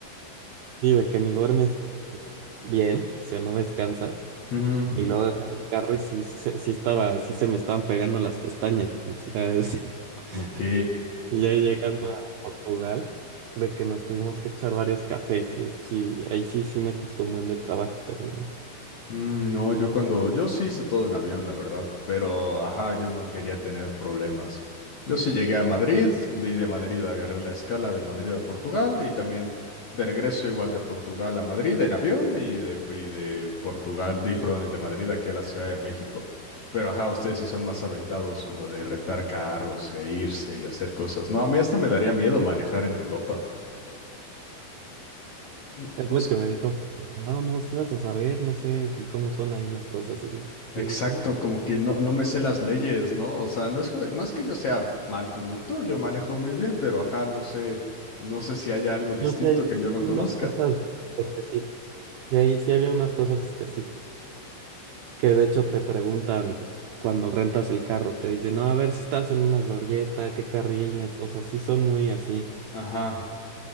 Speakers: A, on the right (about 80°); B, on the left (about 55°).
A: sí, de que ni duermes pues, bien, o sea, no descansas,
B: Ujú.
A: y luego agarré el carro y sí, sí, se- sí estaba, sí se me estaban pegando las pestañas, ya, este,
B: Ok.
A: <laughs> y ya llegando a Portugal, de que nos tuvimos que echar varios cafés, y eso sí, ahí sí, sí me costó un buen de trabajo terminar.
B: Mm, No, yo cuando, yo sí hice todo en avión, la verdad, pero ajá, yo no quería tener problemas. Yo sí llegué a Madrid, di de Madrid agarré la escala de Madrid a Portugal y también de regreso igual de Portugal a Madrid en avión y de, y de Portugal, de, perdón, y de Madrid aquí a la Ciudad de México. Pero ajá, ustedes sí son más aventados con lo de rentar carros e irse y hacer cosas. No, a mí hasta me daría miedo manejar en Europa. Mm,
A: Es
B: O
A: lo que me dijo mi esposa. No, no, si vas a saber, no sé cómo son ahí las cosas. Y
B: Exacto,
A: le dije, no,
B: como que no, no me sé las leyes, ¿no? O sea, no es, que- no es que yo sea mal conductor, yo manejo muy bien, pero ajá, no sé, no sé si haya algo distinto
A: yo sí hay
B: que yo no
A: unas
B: conozca.
A: cosas específicas. Y ahí sí había unas cosas específicas. Que de hecho te preguntan cuando rentas el carro, te dicen, no, a ver si estás en una glorieta, qué carril, nes-". o sea, sí son muy así,
B: Ajá,